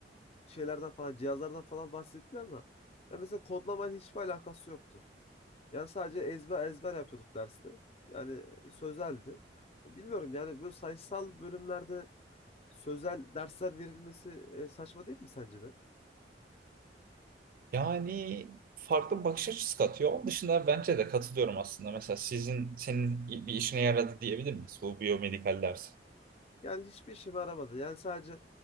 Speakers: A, on the left (about 35°); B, on the right (about 55°).
A: şeylerden falan, cihazlardan falan bahsettiler ama ya mesela kodlamayla hiçbir alakası yoktu. Yani sadece ezber ezber yapıyorduk derste. Yani sözeldi. Bilmiyorum yani böyle sayısal bölümlerde sözel dersler verilmesi e, saçma değil mi sence de?
B: Yani farklı bir bakış açısı katıyor. Onun dışında bence de katılıyorum aslında. Mesela sizin, senin bir işine yaradı diyebilir miyiz bu biyomedikal ders?
A: Yani hiçbir işime yaramadı. Yani sadece